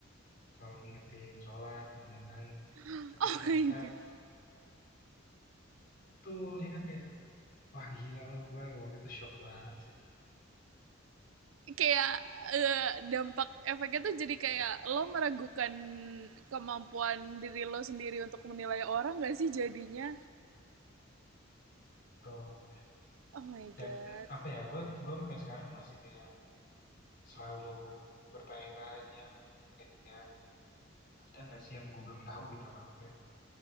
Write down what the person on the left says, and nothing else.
selalu ngingetin sholat dan lain-lain
tapi ternyata
betul ya kan kayak Wah gila loh, gue waktu itu shock banget sih.
Tuh.
Dan apa ya, gue gue sampai sekarang masih kayak selalu bertanya-tanya kayak ada nggak sih yang gue belum tahu gitu loh. Kayak